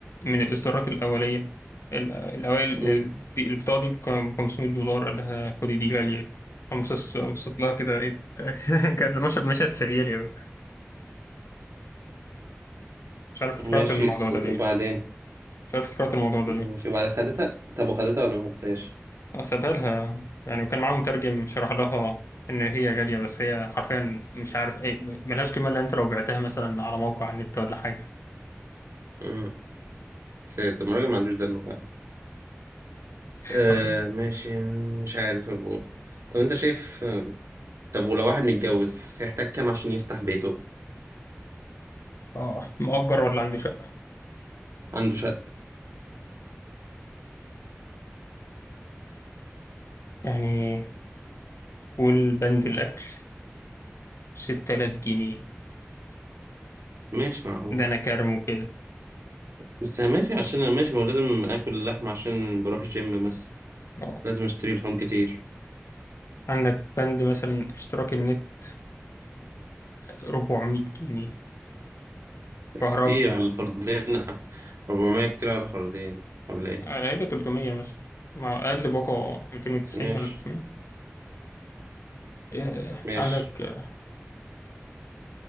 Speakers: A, on the left; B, on the right.
A: من الإصدارات الأولية ال- الأوائل
B: امم
A: ال- دي- البطاقة دي ب 500 دولار قال لها خدي دي غالية قامت بصت لها كده إيه ده؟ <laughs> كان مشهد مشهد سرير يعني مش عارف افتكرت
B: ماشي
A: الموضوع
B: الس-
A: ده
B: وبعدين
A: ليه مش عارف افتكرت الموضوع ده
B: ماشي
A: ليه
B: وبعد خدتها طب وخدتها ولا ما خدتهاش
A: آه، سابها لها يعني وكان معاه مترجم شرح لها إن هي غالية بس هي حرفيا مش عارف إيه ملهاش قيمة إلا أنت لو بعتها مثلا على موقع على النت ولا حاجة
B: امم سيد، طب ما الراجل ما عندوش دم فعلا
A: <laughs>
B: آه
A: حرفيا
B: ماشي مش عارف يا ابو طب انت شايف طب ولو واحد متجوز هيحتاج كام عشان يفتح بيته
A: اه مؤجر ولا عنده شقة
B: عنده شقة
A: يعني والبند الأكل ستة آلاف جنيه
B: ماشي معقول
A: ده أنا كارمه كده
B: بس يعني ماشي عشان انا ماشي ما هو لازم اكل اللحمة عشان بروح جيم مثلا
A: أه
B: لازم اشتري لحوم كتير
A: عندك بند مثلا اشتراك النت ربعمية جنيه
B: ده
A: كهرباء
B: كتير على الفردين 400 كتير على الفردين ولا ايه
A: غالبا تلتمية مثلا مع أقل باقة ميتين وتسعين
B: ماشي
A: ولا تلتمية آه،
B: ماشي
A: عندك آه،